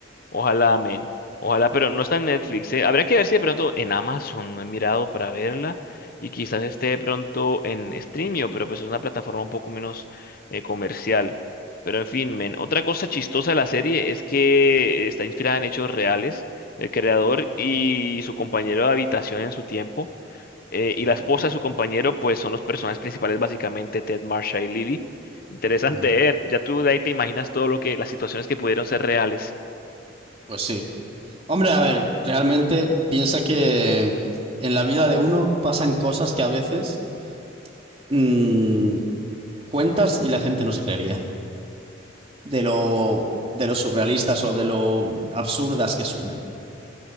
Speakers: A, on the left; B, on the right.
A: Ojalá, amén. Ojalá, pero no está en Netflix, ¿eh? Habría que ver si de pronto en Amazon no he mirado para verla y quizás esté de pronto en Streamio, pero pues es una plataforma un poco menos eh, comercial. Pero en fin, men, otra cosa chistosa de la serie es que está inspirada en hechos reales. El creador y su compañero de habitación en su tiempo eh, y
B: Ujú,
A: la esposa de su compañero pues son los personajes principales básicamente Ted, Marsha y Lily. Interesante,
B: ujú.
A: ¿eh? Ya tú de ahí te imaginas todo lo que las situaciones que pudieron ser reales.
B: Pues sí. Hombre, a ver, realmente piensa que en la vida de uno pasan cosas que a veces mm, cuentas y la gente no se creería. De lo, de lo surrealistas o de lo absurdas que suenan.